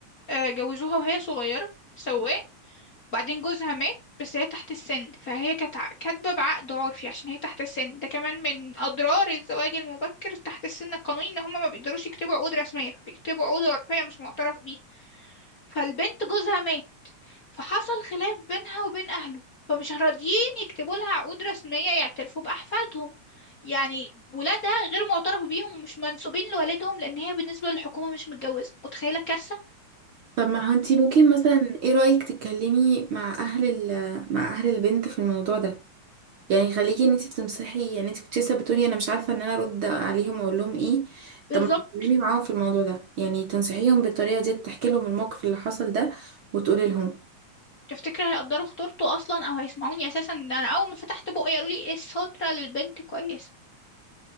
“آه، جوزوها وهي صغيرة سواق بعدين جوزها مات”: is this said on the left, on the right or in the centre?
Left